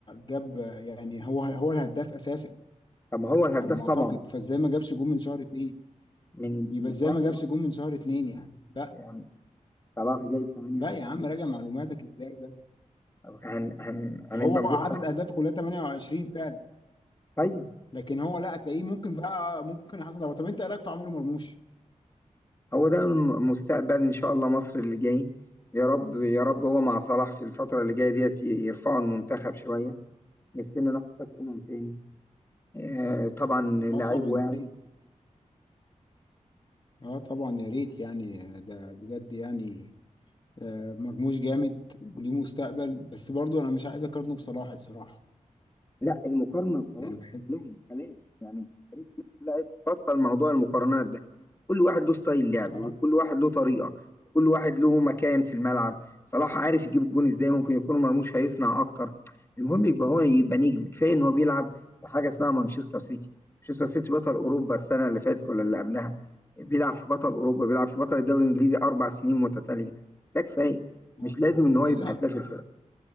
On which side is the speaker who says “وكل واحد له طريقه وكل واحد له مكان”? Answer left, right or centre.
Left